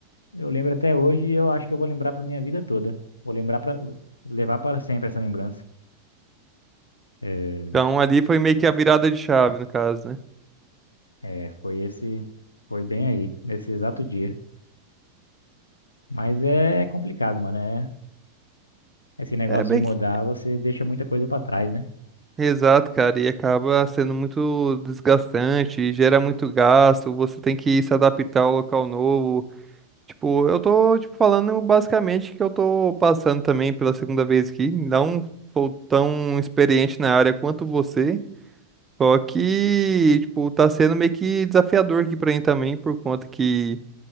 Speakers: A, on the left; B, on the right.
A: Eu lembro até hoje e eu acho que eu vou lembrar pra minha vida toda. Vou lembrar para levar para sempre essa lembrança. É,
B: Então, ali foi meio que a virada de chave, no caso, né?
A: é, foi esse, foi bem aí, nesse exato dia. Mas é complicado, mano. É, esse negócio
B: É bem
A: de mudar,
B: que...
A: você deixa muita coisa pra trás, né?
B: Exato, cara, e acaba sendo muito desgastante, gera muito gasto, você tem que se adaptar ao local novo. Tipo, eu tô, tipo, falando basicamente que eu tô passando também pela segunda vez aqui, não sou tão experiente na área quanto você. Só que, tipo, tá sendo meio que desafiador aqui pra mim também, por conta que